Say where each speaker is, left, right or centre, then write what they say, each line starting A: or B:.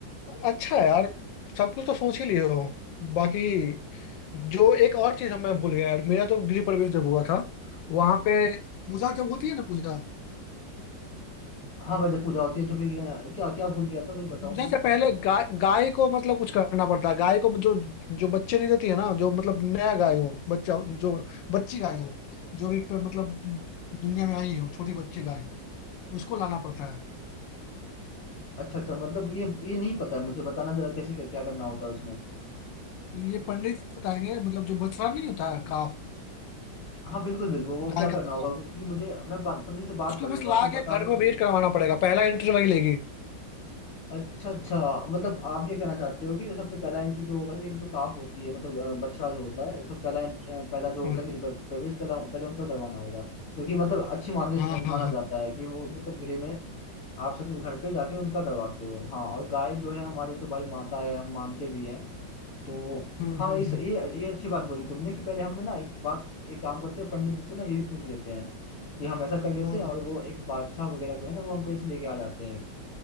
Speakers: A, on the left; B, on the left.
A: अच्छा है यार सब कुछ तो सोच ही लिए हो बाकी जो एक और चीज मैं भूल गया यार मेरा तो गृह प्रवेश जब हुआ था वहां पे पूजा जब होती है ना पूजा
B: हाँ भाई जब पूजा होती है तो फिर अ, क्या क्या भूल गया था भाई
A: पूजन
B: बताओ मुझे
A: से पहले गाय गाय को मतलब कुछ करना पड़ता है गाय को जो जो बच्चे नहीं देती है ना जो मतलब नया गाय हो बच्चा जो बच्ची गाय हो जो भी प- मतलब दुनिया में आई हो छोटी बच्ची गाय उसको लाना पड़ता है
B: अच्छा अच्छा मतलब ये ये नहीं पता है मुझे बताना जरा कैसे क्या, क्या करना होता है उसमें
A: तो ये पंडित बताएंगे मतलब जो बछड़ा नहीं होता है काफ
B: हाँ बिल्कुल बिल्कुल वो
A: गाय
B: क्या
A: का
B: करना
A: बछड़ा
B: होगा क्योंकि मुझे मैं बा- पंडित से बात
A: उसको
B: कर लूंगा
A: बस ला
B: तुम बता
A: के घर
B: दो
A: में
B: थोड़ा
A: ब्रीड
B: वो।
A: करवाना पड़ेगा पहला एंट्री वही लेगी
B: अच्छा अच्छा मतलब आप ये कहना चाहते हो कि सबसे पहला एंट्री जो होगा ये जो काफ होती है मतलब अ, बछड़ा जो होता है सब पहला एंट्री पहला जो
A: हाँ
B: होता है गृह प्र- प्रवेश पहला पहले उनका करवाना होगा क्योंकि मतलब अच्छी मान्य
A: हाँ हाँ
B: माना
A: हाँ
B: जाता है कि वो मतलब गृह में आप सबसे घर पे जाके उनका करवाते हो हाँ और गाय जो है हमारी तो भाई माता है हम मानते भी हैं तो
A: हम्म
B: हाँ
A: हम्म
B: इस
A: हम्म
B: ये ये अच्छी बात बोली तुमने कि पहले हम ना एक बात एक काम करते हैं पंडित जी से ना ये भी पूछ लेते हैं कि हम ऐसा कर लेते
A: हम्म,
B: हैं और वो एक बादशाह वगैरह जो है ना वो हमको ऐसे लेके आ जाते हैं